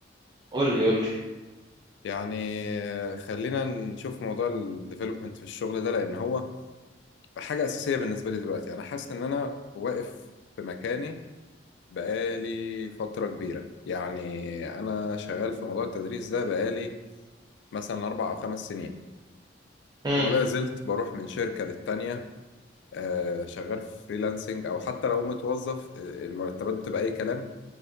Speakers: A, on the right; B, on the left.
A: قول لي قول لي
B: يعني خلينا نشوف موضوع الديفلوبمنت في الشغل ده لان هو حاجه اساسيه بالنسبه لي دلوقتي انا حاسس ان انا واقف في مكاني بقالي فتره كبيره يعني انا شغال في موضوع التدريس ده بقالي مثلا اربع او خمس سنين
A: امم
B: ولا زلت بروح من شركه للتانيه آه، شغال في فريلانسنج او حتى لو متوظف آه، المرتبات بتبقى اي كلام